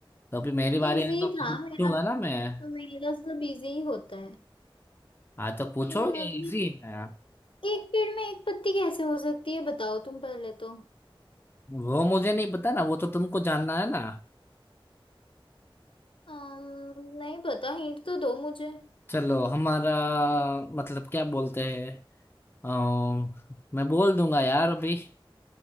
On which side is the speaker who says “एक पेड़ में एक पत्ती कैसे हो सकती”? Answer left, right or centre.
Left